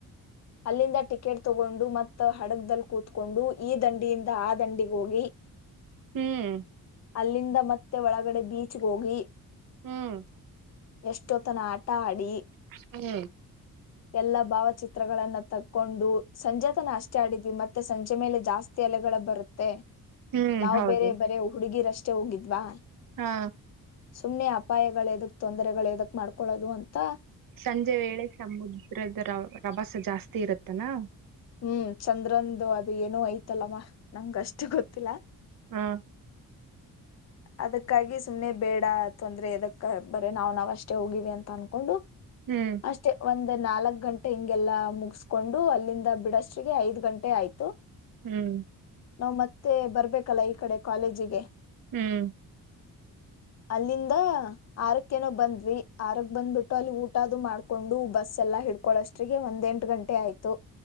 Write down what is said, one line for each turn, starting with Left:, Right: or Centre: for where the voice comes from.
Left: ಅಲ್ಲಿಂದ ಟಿಕೆಟ್ ತೋಗೊಂಡು ಮತ್ತ ಹಡಗ್ದದಲ್ಲಿ ಕೂತ್ಕೊಂಡು ಈ ದಂಡಿಯಿಂದ ಆ ದಂಡಿಗೋಗಿ
Right: ಹ್ಮ್
Left: ಅಲ್ಲಿಂದ ಮತ್ತೆ ಒಳಗಡೆ ಬೀಚ್ಗ ಹೋಗಿ
Right: ಹ್ಮ್
Left: ಎಷ್ಟೋತನ ಆಟಾ ಆಡಿ
Right: ಹ್ಮ್
Left: ಎಲ್ಲಾ ಭಾವಚಿತ್ರಗಳನ್ನ ತಕ್ಕೊಂಡು ಸಂಜೆತನ ಅಷ್ಟೇ ಆಡಿದ್ವಿ ಮತ್ತೆ ಸಂಜೆ ಮೇಲೆ ಜಾಸ್ತಿ ಅಲೆಗಳ ಬರತ್ತೆ
Right: ಹ್ಮ್
Left: ನಾವ್
Right: ಹೌದು
Left: ಬೇರೆ ಬರೆ ಹುಡುಗಿರಷ್ಟೇ ಅಷ್ಟೇ ಹೋಗಿದ್ವಾ
Right: ಹಾ
Left: ಸುಮ್ನೆ ಅಪಾಯಗಳೆದು ತೊಂದರೆಗಳು ಯದಕ್ ಮಾಡ್ಕೊಳ್ಳೋದು ಅಂತಾ
Right: ಸಂಜೆ ವೇಳೆ ಸಮುದ್ರದ ರ ರಭಸ ಜಾಸ್ತಿ ಇರುತ್ತಲ್ಲ
Left: ಹ್ಮ್ ಚಂದ್ರಾಂದು ಅದು ಏನೋ ಐತಲ್ಲಮ್ಮ ನಂಗ್ ಅಷ್ಟು ಗೊತ್ತಿಲ್ಲಾ
Right: ಹ್ಮ
Left: ಅದಕ್ಕಾಗಿ ಸುಮ್ನೆ ಬೇಡಾ ತೊಂದ್ರೆ ಯದಕ್ ಬರೆ ನಾವ್ ನಾವ್ ಅಷ್ಟೇ ಹೋಗಿವಿ ಅಂತ ಅನ್ಕೊಂಡು
Right: ಹ್ಮ್
Left: ಅಷ್ಟೆ ಒಂದ ನಾಲಕ್ ಗಂಟೆ ಹಿಂಗೆಲ್ಲಾ ಮುಗಸ್ಕೊಂಡು ಅಲ್ಲಿಂದಾ ಬಿಡಷ್ಟಿಗೆ ಐದ್ ಗಂಟೆ ಆಯ್ತು
Right: ಹ್ಮ್
Left: ನಾವ್ ಮತ್ತೆ ಬರ್ಬೇಕಲ್ಲಾ ಈ ಕಡೆ ಕಾಲೇಜಿಗೆ
Right: ಹ್ಮ್
Left: ಅಲ್ಲಿಂದ ಆರಕ್ಕೆನೋ ಬಂದ್ವಿ ಆರಕ್ ಬಂದ್ಬಿಟ್ಟು ಅಲ್ಲಿ ಊಟಾ ಅದು ಮಾಡ್ಕೊಂಡು ಬಸ್ ಎಲ್ಲಾ ಹಿಡ್ಕೊಳಷ್ಟ್ರಿಗೆ ಒಂದ್ ಎಂಟ್ ಗಂಟೆ ಆಯ್ತು